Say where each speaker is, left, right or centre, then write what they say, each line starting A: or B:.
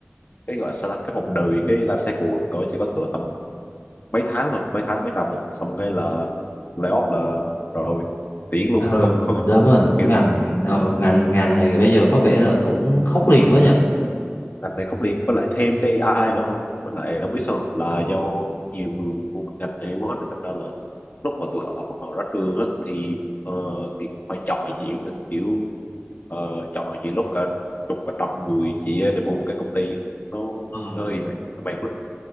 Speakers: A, on the left; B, on the left.
A: cái gọi sao ta, cái vòng đời cái life cycle của tôi chỉ có cỡ tầm mấy tháng thôi mấy tháng mấy năm thôi xong cái là layoff là rồi tiễn luôn
B: ừ
A: không không gặp
B: đúng
A: lại
B: rồi
A: kiểu
B: ngành ờ, ngành ngành này bây giờ có vẻ là cũng khốc liệt quá nhỉ
A: ngành này không liên với lại thêm cái AI nữa không với lại không biết sao là do nhiều người vô cái ngành này quá nên thành ra là lúc mà tụi họ bọn họ ra trường á thì ờ, thì cũng phải chọi nhiều nè kiểu ờ, chọi nhiều lúc cả chục và trăm người chỉ để mua một cái công ty nó
B: ờ
A: nó như vậy các bạn